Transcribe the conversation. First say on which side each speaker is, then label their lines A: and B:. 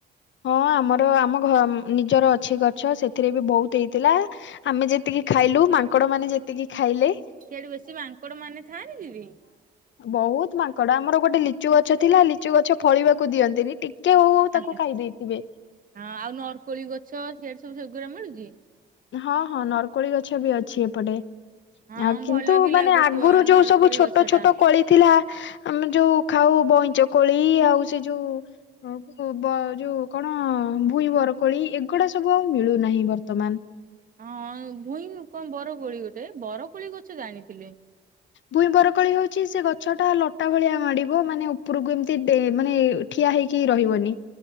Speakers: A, on the left; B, on the right.
A: ହଁ ଆମର ଆମ ଘ ନିଜର ଅଛି ଗଛ ସେଥିରେ ବି ବୋହୁତ ହେଇଥିଲା। ଆମେ
B: ଆଚ୍ଛା
A: ଯେତିକି ଖାଇଲୁ ମାଙ୍କଡ଼ମାନେ ଯେତିକି ଖାଇଲେ।
B: ସିଆଡେ ବେଶୀ ମାଙ୍କଡମାନେ ଥାଆନ୍ତି ଦିଦି।
A: ବୋହୁତ ମାଙ୍କଡ ଆମର ଗୋଟେ ଲିଚୁ ଗଛ ଥିଲା ଲିଚୁ ଗଛ ଫଳିବାକୁ ଦିଅନ୍ତିନି ଟି କେ ହୋଉ ହୋଉ
B: ଆଚ୍ଛା।
A: ତାକୁ ଖାଇ ଦେଇଥିବେ।
B: ହଁ ଆଉ ନର୍କୋଳି ଗଛ ସିଆଡ଼େ ସବୁ ସେଗୁରା ମିଳୁଚି।
A: ହଁ ହଁ ନର୍କୋଳି ଗଛ ବି ଅଛି ଏପଟେ।
B: ହଁ
A: ଆଉ କିନ୍ତୁ
B: ଭଲ ବି
A: ମାନେ
B: ଲାଗୁଥିବ
A: ଆଗୁରୁ ଯୋଉ
B: ନରକୋଳି
A: ସବୁ ଛୋଟ
B: ଗଛ
A: ଛୋଟ
B: ଟା ହଁ।
A: କୋଳି ଥିଲା ଆମେ ଯୋଉ ଖାଉ ବଇଁଚ କୋଳି ଆଉ ସେ ଯୋଉ ଅଉ ଉ ବ ଯୋଉ କଣ ଭୂଇଁ ବରକୋଳି ଏଗୁଡ଼ା ସବୁ ଆଉ ମିଳୁନାହିଁ ବର୍ତ୍ତମାନ।
B: ହଁ ଭୂଇଁ କଣ ବରକୋଳି ଗୋଟେ ବରକୋଳି ଗଛ ଜାଣିଥିଲି।
A: ଭୂଇଁ ବରକୋଳି ହୋଉଛି ସେ ଗଛଟା ଲଟା ଭଳିଆ ମାଡ଼ିବ ମାନେ ଉପରକୁ ଏମିତି ଡେ ମାନେ ଠିଆ ହେଇକି ରହିବନି।